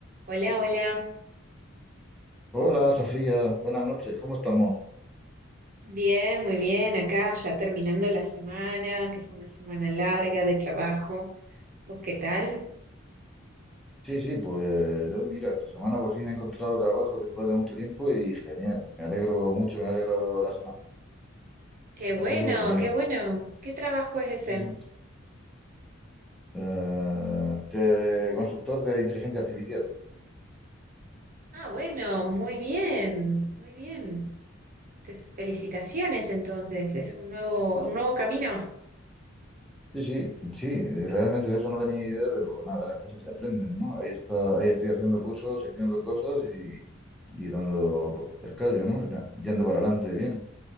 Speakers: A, on the right; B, in the centre.
A: Hola, hola.
B: Hola Sofía, buenas noches, ¿cómo estamos?
A: Bien, muy bien. Acá ya terminando la semana, que fue una semana larga de trabajo. ¿Vos qué tal?
B: Sí, sí, pues yo mira, esta semana por fin he encontrado trabajo después de mucho tiempo y genial, me alegro mucho, me ha alegrado la semana,
A: Qué bueno,
B: ha sido genial.
A: qué bueno. ¿Qué trabajo es ese?
B: Sí, sí. Eh, de consultor de inteligencia artificial.
A: Ah, bueno, muy bien, muy bien. Te felicitaciones entonces. Es un nuevo, un nuevo camino.
B: Sí, sí, sí, realmente de eso no tenía idea, pero nada, las cosas se aprenden, ¿no? Ahí está, ahí estoy haciendo cursos, y haciendo cosas y, y dando pues, el callo, ¿no? Ya- Yendo para adelante, bien.